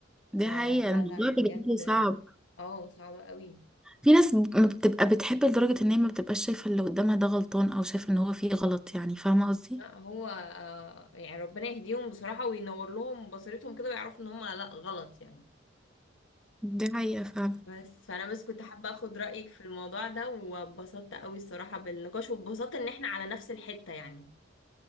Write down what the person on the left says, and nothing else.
فلا
لا بجد
اه صعبة قوي
لا هو آه، يعني ربنا يهديهم بصراحة وينور لهم بصيرتهم كده ويعرفوا ان هم لا غلط يعني
بس فانا بس كنت حابة اخد رأيك في الموضوع ده واتبسطت قوي الصراحة بالنقاش واتبسطت ان احنا على نفس الحتة يعني